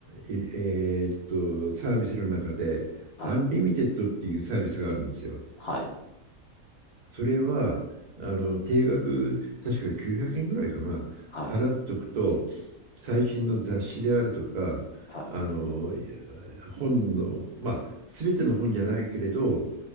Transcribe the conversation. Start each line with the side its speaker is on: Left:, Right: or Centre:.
Right: いえーっと、サービスの中で、
Left: はい。
Right: アンリミテッドっていうサービスがあるんですよ。
Left: はい。
Right: それは、あの、定額、確か900円ぐらいかな、
Left: はい。
Right: 払っとくと、最新の雑誌であるとか、
Left: はい。
Right: あの、い本の、まあ、すべての本じゃないけれど、